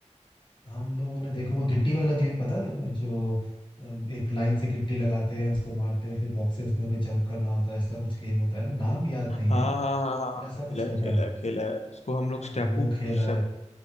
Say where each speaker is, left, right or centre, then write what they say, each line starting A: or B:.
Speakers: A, on the left (about 40°); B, on the left (about 60°).
A: हम लोगों ने देखो वो गिट्टी वाला गेम पता है तुम्हें जो अम, एक लाइन से गिट्टी लगाते हैं उसको मारते हैं फिर बॉक्सेस पे हमें जंप करना होता है ऐसा कुछ गेम होता है ना नाम याद
B: हाँ
A: नहीं
B: हाँ
A: है
B: हाँ हाँ हाँ,
A: बट ऐसा
B: खेला
A: कुछ
B: है,
A: होता
B: खेला
A: है
B: है, खेला है उसको हम लोग
A: आ,
B: स्टेपू
A: वो खेला
B: स्टेप
A: है